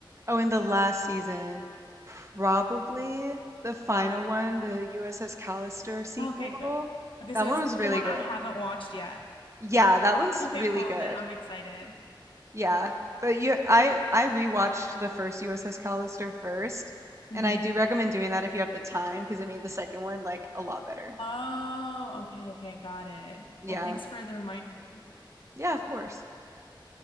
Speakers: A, on the right (about 35°); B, on the left (about 75°).
A: oh, in the last season, probably the final one, the USS Callister sequel.
B: Okay, good. Okay,
A: That
B: so
A: one
B: it's
A: was really
B: the one
A: good.
B: I haven't watched yet.
A: Yeah, that one's
B: Okay,
A: really
B: cool.
A: good.
B: Then I'm excited.
A: Yeah. But you I I rewatched the first USS Callister first,
B: hmm
A: and I do recommend doing that if you have the time because it made the second one like a lot better.
B: Oh, okay, okay, got it.
A: Yeah.
B: Well, thanks for the reminder.
A: Yeah, of course.